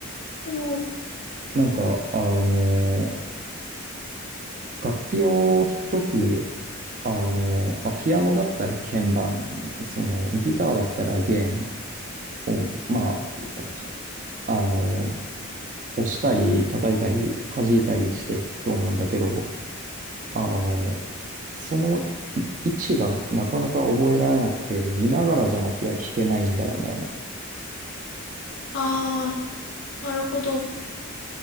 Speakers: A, on the left; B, on the right.
A: お
B: なんか、あの、楽器を弾くとき、あの、まあ、ピアノだったら鍵盤、その、ギターだったら弦を、まあ、あの、押したり、叩いたり、弾いたりして弾くと思うんだけど、あの、その位置がなかなか覚えられなくて、見ながらじゃなきゃ弾けないんだよね。
A: あー、なるほど。